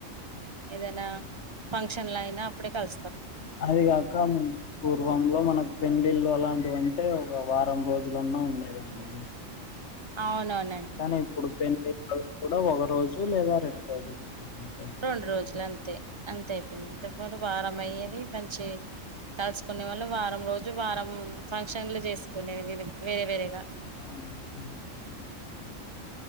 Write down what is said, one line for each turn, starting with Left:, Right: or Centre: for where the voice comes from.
Right: ఏదైనా ఫంక్షన్ అయినా అప్పుడే కలి
Left: అది కాక పూర్వంలో మనకి పెళ్లిళ్ళు ఎలాంటివంటే ఒక వారం రోజు లన్న ఉండేదండి
Right: అవునవు
Left: కానీ ఇప్పుడు పెళ్ళిల్లు కూడా ఒక రోజు లేదా రెండు రోజులు అంతే
Right: రెండు రోజులు అంతే అంతే అయిపోయింది ఇంతకు ముందు వారం అయ్యేది మంచి కలుసుకునే వాళ్ళు వారం రోజులు వారం ఫంక్షన్లు చేసుకునేది వేరే వేరేగా
Left: అవునండి